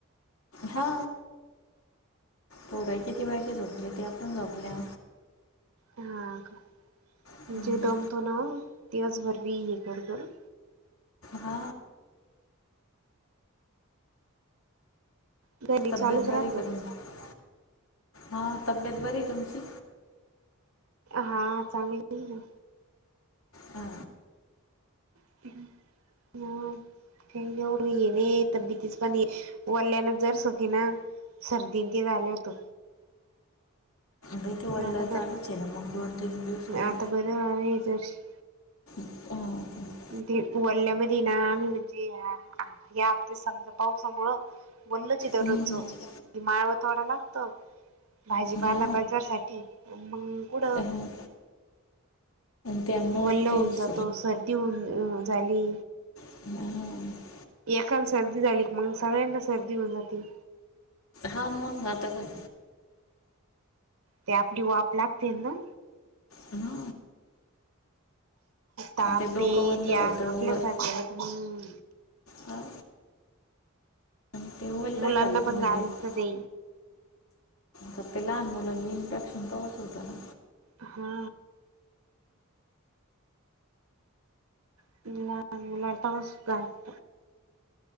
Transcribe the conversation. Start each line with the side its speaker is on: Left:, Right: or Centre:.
Left: हा पोर्या किती वेळची झोपल्या त्या पण झोपल्या
Right: हा का
Left: हम्म.
Right: जे दमतो ना दिवसभर हे कर कर
Left: हा
Right: गली
Left: तब्येत
Right: चालूच राहतो
Left: बरी आहे का तुमची हा तब्येत बरी आहे तुमची
Right: हा चांगली आहे ना
Left: हा
Right: हा <unintelligible> सर्दीनं ते झालं होतं
Left: बेटी वल्ल
Right: आता बर
Left: चालूच आहे ना मग दोन तीन दिवसांनी
Right: आता बंरं आहे जरशी
Left: हा
Right: ते वल्यामध्ये ना आम्ही म्हणजे या हते समजा पावसामुळं वल्लचं दररोजचं
Left: हम्म
Right: माळवं तोडाव लागत भाजीपाला
Left: हा
Right: बाजारसाठी मंग कुढं
Left: हा त्यामुळे
Right: वल्ल होऊन
Left: तेच
Right: जातं सर्दी होऊन झाली
Left: हा
Right: एकाला सर्दी झाली मंग सगळ्यांना सर्दी होऊन जाते
Left: हा मंग आता का
Right: ते आपली वाफ लागती ना
Left: हा
Right: ताप
Left: ते डोकं
Right: तेे येत्या
Left: वल्ल होतं
Right: आपल्या
Left: वर
Right: सारख्याला तर मंग
Left: हा आणि ते वल्ल
Right: मुलांना
Left: झालं
Right: पण
Left: का म्हणजे
Right: गालतं ते
Left: त ते लहान मुलांना इन्फेक्शन तर होतं ना
Right: हा <inaudible>